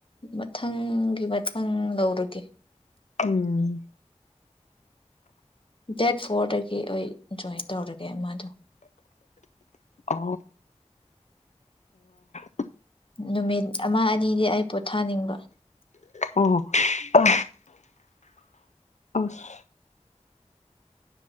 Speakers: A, on the left; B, on the left.
A: ꯃꯊꯪꯒꯤ ꯃꯊꯪ ꯂꯧꯔꯒꯦ
B: ꯎꯝ
A: ꯗꯦꯠ ꯐꯣꯔꯗꯒꯤ ꯑꯩ ꯖꯣꯏꯟ ꯇꯧꯔꯒꯦ ꯃꯥꯗꯣ
B: ꯑ ꯍ <inaudible>
A: ꯅꯨꯃꯤꯠ ꯑꯃ ꯑꯅꯤꯗꯤ ꯑꯩ ꯄꯣꯊꯥꯅꯤꯡꯕ
B: ꯑ ꯑ ꯑ <unintelligible>